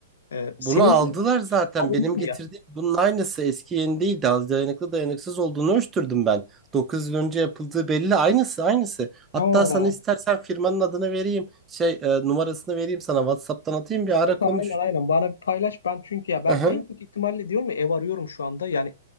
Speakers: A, on the left (about 75°); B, on the right (about 20°).
A: Ee,
B: Bunu
A: seninki
B: aldılar
A: de böyle
B: zaten.
A: bir şey alındı
B: Benim
A: mı
B: getirdiğim
A: ya?
B: bunun aynısı eski yeni değil. Daha dayanıklı dayanıksız olduğunu ölçtürdüm ben. dokuz yıl önce yapıldığı belli. Aynısı aynısı. Hatta
A: Aa,
B: sana istersen firmanın adını vereyim. Şey e, numarasını vereyim sana. WhatsApp'tan atayım bir ara
A: süper
B: konuş.
A: aynen aynen. Bana bir paylaş. Ben çünkü ya belki
B: Aha,
A: en kötü ihtimalle diyorum ya ev arıyorum şu anda. Yani